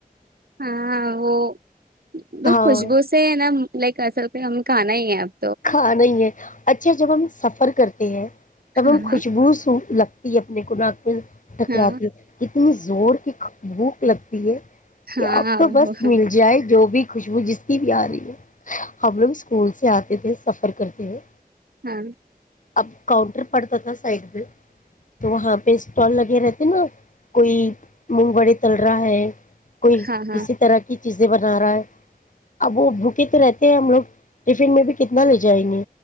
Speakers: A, on the right; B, on the left.
A: ہاں وہو وہ
B: ہاں
A: خوشبو سے نا لائک ایصل تو ہم کھانا ہی ہے اپ
B: کھا نہیں ہے اچھا جب ہم سفر کرتی ہیں تب
A: ہاں
B: خوشبو
A: ہاں
B: ہ <unintelligible> لگتی ہے اپنے کو نہ ٹکراتی
A: ہاں
B: کتنی زور کی بھوک لگتی ہے
A: ہاں
B: اب تو بس
A: وہ-
B: مل جائے جو بھی خوشبو جس کی بھی آ رہی ہے ہم لوگ اسکول سے آتے تے تھ سفر کرتے ہوئے
A: ہاں
B: اب کاؤنٹر پڑتا تھا سائڈ میں تو وہاں پہ اسٹال لگے رہتے نا کوئی مونگ بڑے تل رہا ہے کوئی
A: ہاں ہاں
B: کسی طرح کی چیزیں بنا رہا ہے اب وہ بھوکے تو رہتے ہیں ہم لوگ ٹفن میں بھی کتنا لے جائیں گے